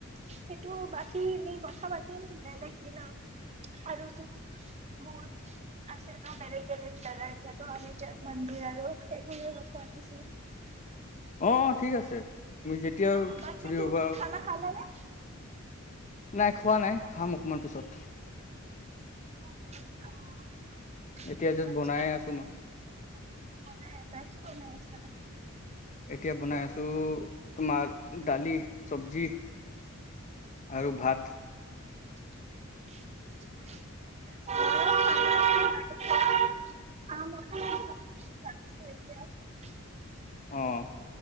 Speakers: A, on the right; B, on the left.
A: সেইটো বাকী নি কথা পাতিম বেলেগ দিনা আৰু তো বহুত আছে বেলেগ বেলেগ জাগা এতিয়াটো মন্দিৰ আৰু সেইবোৰে কথা পাতিছো।
B: অ', ঠিক আছে মি যেতিয়া
A: অ বাকী
B: ফ্ৰি
A: তুমি
B: হ'বা।
A: খানা খালা নে
B: নাই খোৱা নাই খাম অকণমান পিছত।
A: <unintelligible>
B: এতিয়া য'ত
A: আচ্ছা
B: বনাইে আছো মই।
A: বনাই আছা কি বনাই আছা
B: এতিয়া বনাই আছো তোমাৰ দালি, চব্জি আৰু ভাত।
A: নাই।
B: অহ।